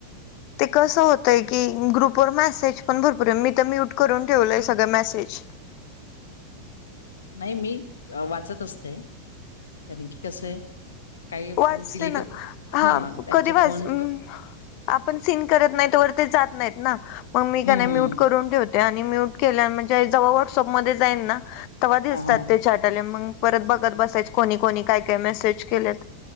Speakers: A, on the left; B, on the left.
A: ते कसं होतय की ग्रुपवर मेसेज पण भरपूर आहे मी तर म्यूट करून ठेवलंय सगळ मेसेज
B: नाही मी वाचत असते कारण की कसं आहे काही
A: वाचते
B: मग डिलीट
A: ना हा
B: त्यांचे
A: कधी वाच
B: फोन
A: हम्म आपण सिन करत नाही तवर ते जात नाहीत ना मग मी कणाय
B: हम्म हम्म
A: म्यूट करून ठेवत आणि म्यूट केल्याव म्हणजे जेव्हा व्हॉट्सअपमध्ये जाईन ना तेव्हा दिसतात
B: हा हा
A: ते चॅट आलेले मग परत बघत बसायचे कोणी कोणी काय काय मेसेज केलेत